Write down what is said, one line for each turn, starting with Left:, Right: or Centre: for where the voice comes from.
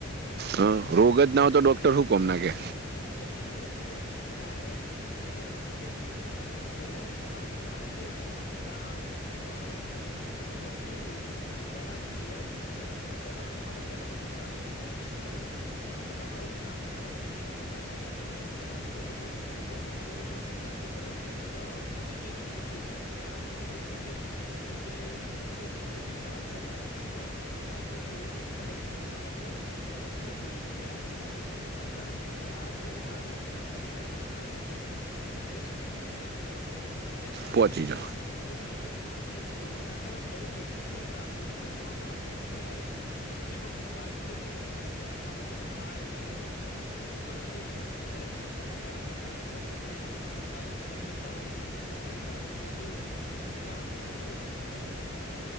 Right: હ રોગ જ ના હો તો ડોક્ટર શું કોમ ના કે.
Left: એવું નથી કીધું, ડાયાબિટીસ પેલા નથી કેમ? કારણ કે પેલા તમારું કાર્ય કરવાનું કામ, શ્રમ. અને બધું એવું હતું. ખોરાક બી એવા જ હતા પેલા અત્યારે તમારે પેલા તો ખોરાક બી બગડી ગયા, બરોબર. બીજું કે તમારું કામ કરવાની ક્ષમતા ઘટી ગઈ છે, પેલા કેવું હતું કે તમારે દરેક વસ્તુ જાતે કરવી પડતી અત્યારે તો હવે મશીનરી ઉપર થઈ ગઈ. પેલા તમે એક જગ્યા થી બીજી જગ્યાએ જવું હતું તો તમે ચાલતા જતા અથવા સાયકલ કે એવું કંઈક ચલાઈને જતા એટલે તેમા શું હતું કસરત થઈ જતી વ્યાયામ થઈ જતો, અત્યારે આમ શું આ સેલ્ફ માર્યો અને તરત તમે આ જગ્યાથી બીજી જગ્યા દસ મિનિટ ની અંદર તમે ત્યાંથી ત્યાં
Right: પહોંચી જાઓ
Left: પછી જોશો, એટલે શું કર્યું અને અત્યારે આમ દરેક વ્યક્તિ કોણ ચાલતું મને જોવા મળે, પેલા બધી પબ્લિક ચાલતી જતી રસ્તામાં કોક મળતું તો હાય હેલો. બધું તમે કહી શકતા હતા એમ. અારમ કોઈ પબ્લિક કશું જ નહી બાઈક ઉપર જતા હોય જો તમારી બાજુમાં જોયું તો પુરૂ વાનું જય માતાજી.